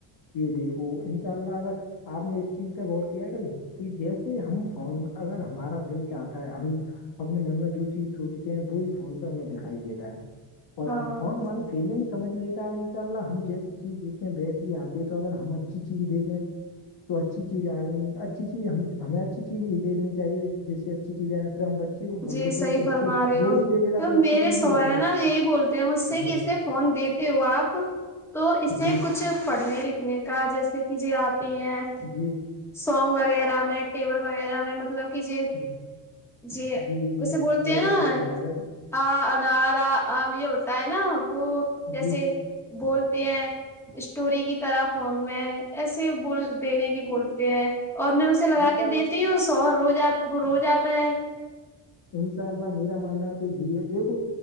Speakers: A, on the left; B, in the centre.
A: یہ دیکھو انشاء اللہ اگر آپ نے اس چیز پہ غور کیا ہے گا کہ جیسے ہم فون اگر ہمارا دل چاہتا ہے ہم اپنے من میں جو چیز سوچتے ہیں وہ بھی فون پہ ہمیں دکھائی دیتا ہے اور
B: ہاں
A: آ فون ہمری فیلگ سمجھ لیتا ہے ان شاء اللہ ہم جیسی چیز دیکھتے ویسی ہی آتی ہے تو اگر ہم اچھی چیز دیکھیں تو اچھی چیز آ رہی اچھی چیز ہمیں اچھی چیز ہی دیکھنی چاہیے جیے چ بچے چیز کو فون
B: جی
A: دیتے
B: صحیح
A: ہیں تو اس
B: فرما
A: کے
B: رہے
A: وہ
B: ہو
A: بھی دیکھے گا تو اچھی
B: میرے
A: چیز
B: سہرے
A: ہی آئے گی
B: نا یہی بولتے ہیں مجھ سے
A: جی
B: کہ اسے فون دی ہو آپ تو اسے
A: جی
B: کچھ پڑھنے لکھنے کا جیسے کہ ج آتے ہیں
A: جی
B: سونگ وغیرہ میں ٹیبل وغیرہ میں مطلب کہ ج
A: جی
B: ج
A: جی جی
B: اسے بولتے
A: بالکل
B: ہیں نا
A: صحیح فرما رہے ہو
B: آ انارام یہ ہوتا ہے نا وہ جیسے
A: جی
B: بولتے ہیں اسٹوری کی طرح فون میں ایسے بول پنے
A: جی
B: کی بولتے ہیں اور میں اسے لگا
A: انشاء
B: کے دیتی ہوں سو رو ج وہ رو جاتا ہے
A: انشاء اللہ میرا ماننا تو یہی ہے دیکھو